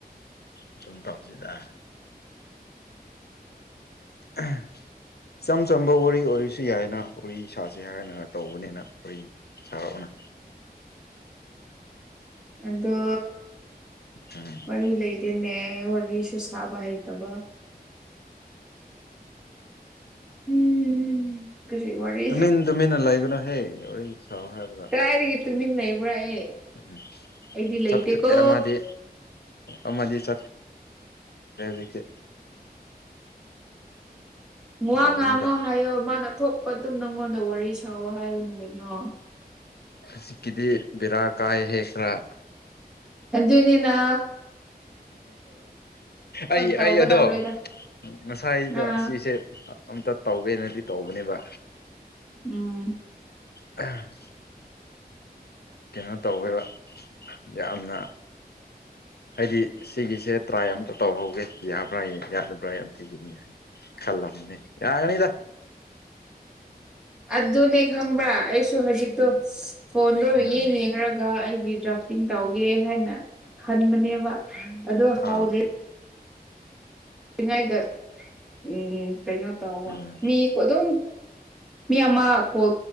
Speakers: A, on the left; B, in the centre.
A: ꯑꯗꯨꯝ ꯇꯧꯁꯤꯗ <unintelligible> ꯏꯆꯝ ꯆꯝꯕ ꯋꯥꯔꯤ ꯑꯣꯏꯔꯁꯨ ꯌꯥꯏꯅ ꯋꯥꯔꯤ ꯁꯥꯁꯤ ꯍꯥꯏꯔꯅꯒ ꯇꯧꯕꯅꯤꯅ ꯋꯥꯔꯤ ꯁꯥꯔꯛꯑꫭꯅ
B: ꯑꯗꯣ
A: ꯎꯝ
B: ꯋꯥꯔꯤ ꯂꯩꯇꯦꯅꯦ ꯋꯥꯔꯤꯁꯨ ꯁꯥꯕ ꯍꯩꯇꯕ ꯎꯝ ꯎꯝ ꯀꯁꯤ ꯋꯥꯔꯤ
A: ꯇꯨꯃꯤꯟ ꯇꯨꯃꯤꯟꯅ ꯂꯩꯒꯅꯨꯍꯦ ꯋꯥꯔꯤ ꯁꯥꯎ ꯍꯥꯏꯔꯒ
B: ꯀ ꯇꯨꯃꯤꯟ ꯂꯩꯕ꯭ꯔꯥ ꯑꯦ
A: ꯎꯝ
B: ꯑꯩꯗꯤ ꯂꯩꯇꯦꯀꯣ
A: ꯆꯠꯈ꯭ꯔꯦ ꯑꯃꯗꯤ ꯑꯃꯗꯤ ꯆꯠ ꯍꯧꯖꯤꯛꯛꯇꯤ
B: <inaudible> ꯋꯥ
A: ꯌꯥꯕꯅꯤꯗ
B: ꯉꯥꯡꯉꯣ ꯍꯥꯏꯌꯣ ꯃꯥꯅ ꯊꯣꯛꯄ ꯑꯗꯨꯝ ꯅꯪꯉꯣꯟꯗ ꯋꯥꯔꯤ ꯁꯥꯑꯣ ꯍꯥꯏꯌ ꯅꯪ ꯀꯩꯅꯣ
A: ꯍꯧꯖꯤꯀꯤꯗꯤ ꯕꯦꯔꯥ ꯀꯥꯏ ꯍꯦꯛ ꯈ꯭ꯔꯥ
B: ꯑꯗꯨꯅꯤꯅꯥ
A: ꯑꯩ
B: ꯇꯧꯒꯗꯧꯔꯦꯗ
A: ꯑꯩ ꯑꯗꯣ ꯉꯁꯥꯏꯗꯣ
B: ꯑꯥ
A: ꯑꯁꯤꯁꯦ ꯑꯝꯇ ꯇꯧꯒꯦꯅꯗꯤ ꯇꯧꯕꯅꯦꯕ
B: ꯎꯝ
A: ꯑꯝ ꯀꯩꯅꯣ ꯇꯧꯋꯦꯕ ꯌꯥꯝꯅ ꯍꯥꯏꯗꯤ ꯁꯤꯒꯤꯁꯦ ꯇ꯭ꯔꯥꯏ ꯑꯃꯝꯇ ꯇꯧꯍꯧꯒꯦ ꯌꯥꯕ꯭ꯔꯥ ꯌꯥꯗꯕ꯭ꯔꯥ ꯌꯥꯝ ꯊꯤꯒꯟꯅꯤ ꯍꯥꯏꯅ ꯀꯜꯂ ꯃꯅꯤꯅꯦ ꯌꯥꯅꯤ
B: ꯑꯗꯨꯅꯦ ꯈꯪꯕꯁꯨ ꯍꯧꯖꯤꯛ ꯑꯗꯣ ꯐꯣꯟꯗꯣ
A: ꯎꯝ
B: ꯌꯦꯡ ꯌꯦꯡꯔꯒ ꯑꯩꯒꯤ ꯗ꯭ꯔꯐ ꯇꯧꯒꯦ ꯍꯥꯏꯅ ꯈꯟꯕꯅꯦꯕ ꯑꯗꯨ ꯍꯗ꯭ꯔꯦ
A: ꯑꯥ
B: ꯉꯥꯏꯗ ꯎꯝ ꯀꯩꯅꯣ ꯇꯧꯕ
A: ꯎꯝ
B: ꯃꯤ ꯑꯗꯨꯝ ꯃꯤ ꯑꯃ ꯀꯣꯜ